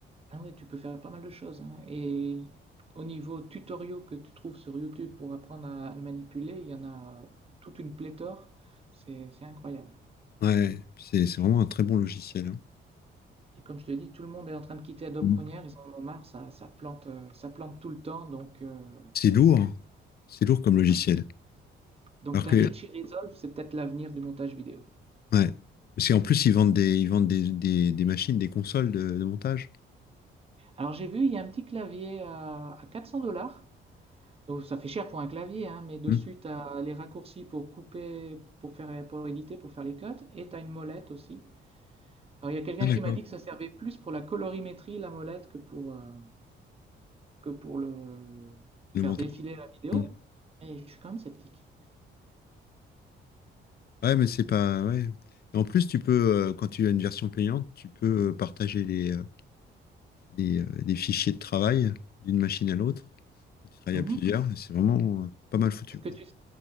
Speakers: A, on the right; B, on the left.
A: Ah ouais, tu peux faire pas mal de choses. hein. Et au niveau tutoriaux que tu trouves sur YouTube pour apprendre à, à le manipuler, il y en a toute une pléthore. C'est c'est incroyable.
B: Ouais, puis c'est c'est vraiment un très bon logiciel. hein.
A: Et comme je te dis, tout le monde est en train de quitter Adobe
B: Mm.
A: Premiere. Ils en ont marre. Ça, ça plante, euh, ça plante tout le temps. Donc, euh,
B: C'est lourd. hein. C'est lourd comme logiciel.
A: donc
B: Alors
A: DaVinci
B: que,
A: Resolve, c'est peut-être l'avenir du montage vidéo.
B: ouais. Parce qu'en plus, ils vendent des, ils vendent des, des- des machines, des consoles de, de montage.
A: Alors j'ai vu, il y a un petit clavier à, à 400 dollars. Donc ça fait cher pour un clavier, hein, mais dessus
B: Hmm.
A: tu as les raccourcis pour couper, pour faire, pour éditer, pour faire les cuts, et tu as une molette aussi. Alors il y a quelqu'un
B: Ah, d'accord.
A: qui m'a dit que ça servait plus pour la colorimétrie, la molette, que pour, euh, que pour le
B: Le
A: faire
B: montage.
A: défiler la vidéo.
B: Hmm.
A: Mais je suis quand même sceptique.
B: Ouais, mais c'est pas. Ouais. Et en plus, tu peux, euh, quand tu as une version payante, tu peux euh, partager les, euh, les, euh, les fichiers de travail d'une machine à l'autre. quand tu travailles
A: Mhm.
B: à plusieurs, et c'est vraiment euh, pas mal foutu,
A: Est-ce
B: quoi.
A: que tu...